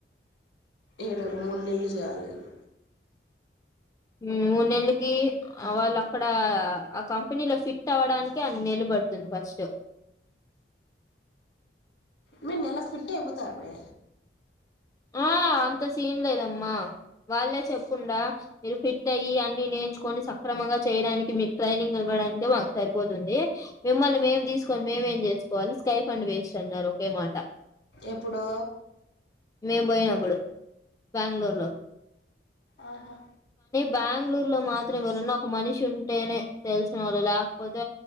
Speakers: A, on the left; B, on the left.
A: ఏడో మూడు నెల్లు చేయాలీలు.
B: మూడు నెలకి వాళ్ళక్కడ ఆ కంపెనీలో ఫిట్ అవడానికి అన్ని నెల పడుతుంది ఫస్ట్
A: మీరు నెలకు ఫిట్ అయిపోతారు మీ
B: ఆ అంత సీన్ లేదమ్మా వాళ్ళే చెప్పుండా మీరు ఫిట్ అయ్యి అన్నీ నేర్చుకొని సక్రమంగా చేయడానికి మీకు ట్రైనింగ్ ఇవ్వ. ఇవ్వడానికె మాకు సరిపోతుంది. మిమ్మల్ని మేము తీసుకొని మేమేం చేసుకోవాలి స్కై ఫండ్ వేస్ట్ అన్నారు ఒకే మాట.
A: ఎప్పుడో.
B: మేము పోయినప్పుడు బ్యాంగళూరు లో.
A: ఆహా
B: బ్యాంగళూరు లో మాత్రం ఎవరన్నా ఒక మనిషి ఉంటేనే తెలిసిన వాళ్ళు లేకపోతే